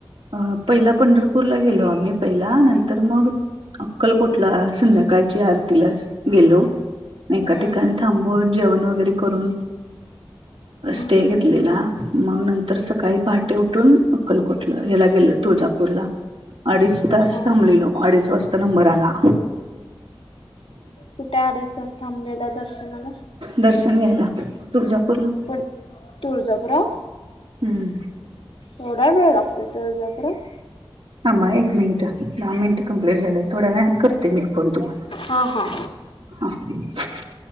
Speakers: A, on the right; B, on the left.
A: अ- पहिला पंढरपूरला गेलो आम्ही पहिला नंतर मग अक्कलकोटला संध्याकाळ ची आरतीलाच गेलो एका
B: हम्म
A: ठिकाणी थांबून जेवण वगैरे करून.
B: हम्म
A: स्टे
B: हम्म.
A: घेतलेला मग नंतर सकाळी पहाटे उठून अक्कलकोटला याला गेलो तुळजापूरला अडीच तास
B: हा.
A: थांबलेलो. अडीच वाजता नंबर आला.
B: कुठे अडीच तास थांबलेल्या दर्शनाला?
A: दर्शन घ्यायला तुळजापूरला.
B: पण तुळजापूर
A: हम्म.
B: एवढा वेळ लागतोय तुळजापुरात?
A: थांबा एक मिनटं दहा मिनिटं कम्प्लीट झाल्यात. थोड्या वेळत करते मी फोन तुम्हाला
B: हा हा
A: हा.